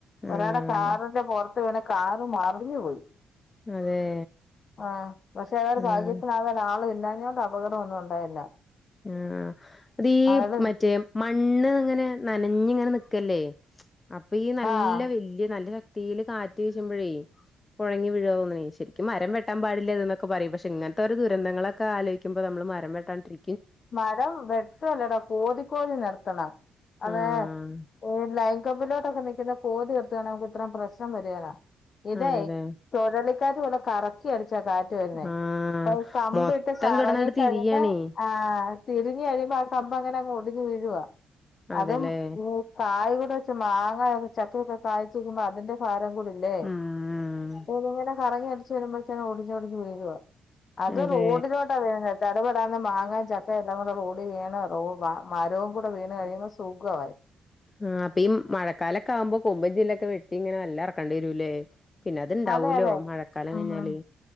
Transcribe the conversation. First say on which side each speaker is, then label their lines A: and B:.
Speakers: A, on the left (about 25°); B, on the left (about 50°).
A: ആഹ്
B: ഒരാളെ കാറിന്റെ പോറത്ത് ന്ന് വടേ കാർ മറഞ് പോയി
A: അതെ
B: ആഹ് പക്ഷെ അതൊരു
A: ആഹ്
B: ഭാഗ്യത്തിനാകെ ആള് ഇല്ലാഞ്ഞോട് അപകടം ഒന്നും ഉണ്ടായില്ല.
A: ആഹ് വീ
B: അയാള്
A: മറ്റേ മണ്ണ് ഇങ്ങനെ നനഞ്ഞ ഇങ്ങനെ നി ക്ക്ല്ലേ അപ്പ ഈ നല്ല
B: ആഹ്
A: വല്ല്യ നല്ല ചക തീല് കാറ്റ് വീശുമ്പഴ് <unintelligible> <unintelligible> ശെരിക് മരം വെട്ടാം പാടി ല്ല തെന്ന് ഒക്കെ പറയും പക്ഷേ ങ്ങന് ത്തെ ഒര് ദുരന്തങ്ങളൊക്കെ ആലോയ്കുമ്പോ നമ്മള് മരം വേട്ടാ ണ്ട്രി
B: മരം വെട്ടുല്ലടാ കോതി കോതി നട് ത്ത് ണ അതെ
A: ആഹ്
B: <unintelligible> കൊബിലോട്ടൊക്കെ നിക്ക്ണെ കോതി നിർത്താണങ്കി ഇത്രം പ്രശ്നം വരില ഇത്
A: അതെല്ലേ
B: <unintelligible> <unintelligible> കറക്കി അടിചി ച്ച കാറ്റ് വരുന്നെ
A: ആഹ്
B: അപ്പൊ കമ്പിയൊക്കെ
A: മൊത്തം
B: കറങ്ങി
A: കിടന്നട്
B: <unintelligible>
A: തിരിയാണേ
B: ആ തിരിഞ്ഞ് വരുമ്പോ ആ കമ്പ് അങ്ങന അങ് ഒടിഞ്ഞ് വീഴുവാ
A: അതെല്ലേ
B: അതും മൂ കാ <unintelligible> ഇപ്പക്കെ മാങ്ങയാലും ചക്കൊക്കെ കാ്ഴ്ച്ക്മ്പോ അതിന്റെ പാട് <unintelligible>
A: ഉം
B: കറങ്ങി അടി റ്റ് വരുമ്പോ തന്നെ ഒടിഞ് ഒടിഞ് വീഴുവാ അത്
A: അതെ
B: റോഡിലോട്ടാ വീഴിഞത് ചടപെടാന്ന് മാങ്ങ് ആ ചക്ക എല്ലാം കൂടെ റോഡ് വീണ റൊ വ മരവും കൂടെ വീണ് കഴിയുമ്പോ സുഖ ആയി
A: ആ അപ്പ ഈ മഴക്കാലൊക്കെ ആകുമ്പോ കൊമ്പും ചില്ലക്കെ വെട്ടി ങ്ങനെ നല് ല്ലാർക്കണ്ടിരുലേ പിന്നെ അത്ണ്ടാവൂലോ
B: അതെ അതെ
A: മഴക്കാലം
B: ഉം
A: കഴിഞ്ഞാലെ